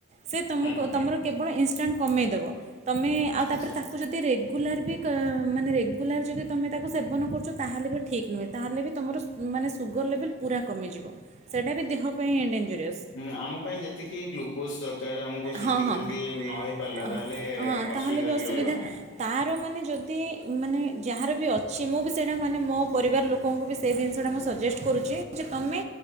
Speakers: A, on the right; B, on the left.
A: ସେ ତମକୁ
B: ହୁଁ ହୁଁ
A: ତମର କେବଳ ଇନଷ୍ଟାଣ୍ଟ୍ କମେଇଦବ ତୁମେ ଆଉ ତାପରେ
B: ଆଚ୍ଛା
A: ତାକୁ ଯଦି ରେ ରେଗୁଲାର ବି ମାନେ ରେଗୁଲାର ଯଦି ତୁମେ ତାକୁ ସେବନ କରୁଚ ତାହେଲେ ବି ଠିକ୍ ନୁହେଁ ତାହେଲେ ବି ତମର ମାନେ ସୁଗର୍ ଲେବଲ୍ ପୁରା କମିଯିବ ସେଇଟା ବି ଦେହ ପାଇଁଁ ଡେଞ୍ଜରିଅସ୍।
B: ହୁଁ ଆମ ପାଇଁ ଯେତିକି ଗ୍ଲୁକୋଜ୍ ଦରକାର ଆମକୁ ସେତିକି
A: ହଁ ହଁ
B: ବି ଯଦି ନ ହେଇ ପାରିଲା
A: ହଁ
B: ତାହେଲେ
A: ହଁ ତାହେଲେ
B: ଅସୁବିଧା ବି ରହିବ ନା।
A: ତାର ମାନେ ଯୋଦି ମାନେ ଯାହାର ବି ଅଛି ମୁଁ ବି ସେଇଟା ମାନେ ମୋ ପରିବାର ଲୋ ଲୋକଙ୍କୁ ବି ସେଇ ଦିନଷଟା ମୁଁ ସଜେଷ୍ଟ କରୁଚି ଯେ ତମେ